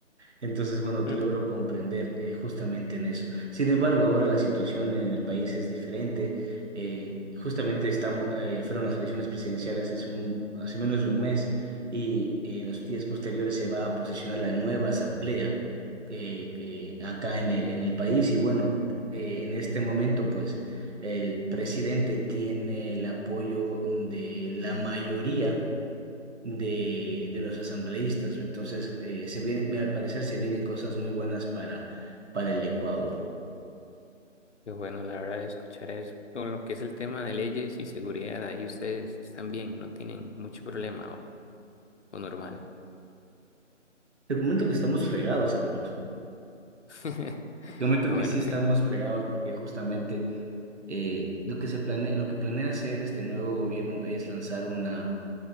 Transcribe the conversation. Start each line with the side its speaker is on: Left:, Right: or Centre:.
Right: Entonces, bueno, te
Left: ujú.
Right: logro comprender eh, justamente en eso. Sin embargo, ahora la situación en el país es diferente. Eh, justamente estamos, eh, fueron las elecciones presidenciales hace un, hace menos de un mes y eh, en los días posteriores se va a posicionar la nueva asamblea eh, eh, acá en el, en el país. Y bueno, eh, en este momento, pues, el presidente tiene el apoyo de la mayoría de, de los asambleístas. Entonces, eh, se viene, al parecer se vienen cosas muy buenas para, para el Ecuador.
Left: Qué bueno, la verdad, escuchar eso. Con lo que es el tema de leyes y seguridad, ahí ustedes están bien, no tienen mucho problema o, o normal.
Right: Te comento que estamos fregados, hermano.
Left: <laughs>
Right: Te comento
Left: Pero
Right: que
Left: Bueno,
Right: sí estamos
Left: <laughs>
Right: fregados porque justamente eh, lo que se planea, lo que planea hacer este nuevo gobierno es lanzar una,